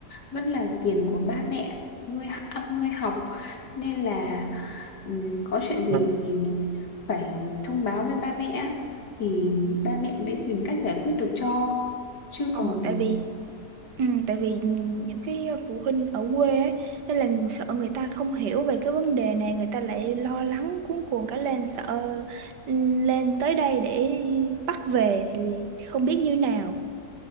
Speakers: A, on the left; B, on the right.
A: vẫn là tiền của ba mẹ nuôi ăn nuôi học nên là ừm, có chuyện gì
B: Ừ.
A: thì phải thông báo với ba mẹ thì ba mẹ mới tìm cách giải quyết được cho chứ
B: ờ,
A: còn
B: tại vì ừ, tại vì những cái phụ huynh ở quê ấy nên là sợ người ta không hiểu về cái vấn đề này người ta lại lo lắng cuống cuồng cả lên sợ ừ, lên tới đây để bắt về thì không biết như nào